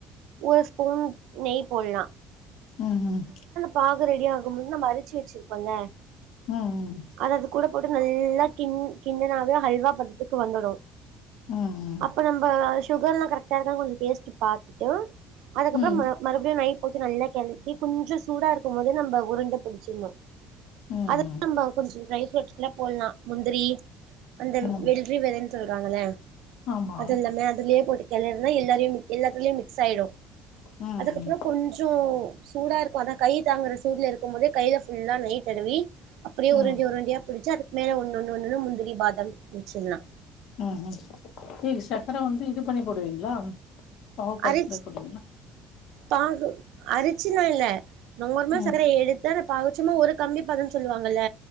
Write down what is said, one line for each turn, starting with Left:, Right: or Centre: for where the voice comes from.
Right: ஒரு ஸ்பூன் நெய் போடலா
Left: ம் ம்
Right: பாகு ரெடி ஆகுமுன் நம்ம அரச்சு வச்சிருக்கோம்ல
Left: ம் ம்
Right: அத அது கூட போட்டு நல்லா கிண் கிண்ணனாவே அல்வா பதத்துக்கு வந்துடு
Left: ம் ம்
Right: அப்ப நம்ப சுகர்லா கரக் டா இருக்கானு கொஞ்சோ டேஸ்ட் பாத்துட்டு அதுக்கப்றோ
Left: ம்
Right: ம மறுபடியு நெய் போட்டு நல்லா கிழக்கி கொஞ்சோ சூட இருக்கு போதே நம்ம உருண்ட புடிச்சிடணு
Left: ம்
Right: அதுல நம்ம கொஞ்சோ ட்ரை ஃப்ரூட்ஸ்க்கல போட்லா முந்திரி அந்த
Left: ம்
Right: வெல்றி விதனு சொல்றாங்ள
Left: ஆமா
Right: அது எல்லாமே அதுலயே போட்டு கிளறனா எல்லாரையும் எல்லாத்லயு மிக்ஸ் ஆயிடு
Left: ம் ம்
Right: அதுக்கப்றோ கொஞ்சோ சூடா இருக்கு அதா கை தாங்குற சூடுல இருக்கும் போதே கைல ஃபுல்லா நெய் தடவி அப்படியே உருண்ட
Left: ம்
Right: உருண்டயா புடிச்சு அதுக்கு மேல ஒண்ண ஒண்ணு ஒண்ணுண்ணு முந்திரி பாதம் வச்சிர்லா
Left: ம் ம் இதுக்கு சக்கர வந்து இது பண்ணி போடுவீங்ளா பாகு காஸ்
Right: அரிச்
Left: மாய் போடுவிங்ளா
Right: பாகு அரிச்சுலா இல்ல நார்மலா
Left: ம்
Right: சக்கர எடுத் து அந்த பாகு சும்மா ஒரு கம்பி பதம்னு சொல்லுவாங்கல்ல